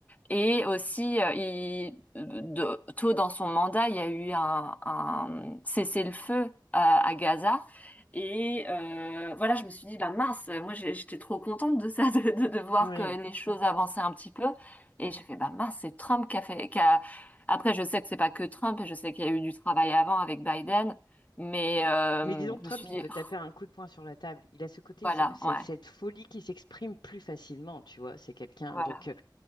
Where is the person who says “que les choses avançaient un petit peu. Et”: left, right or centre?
Left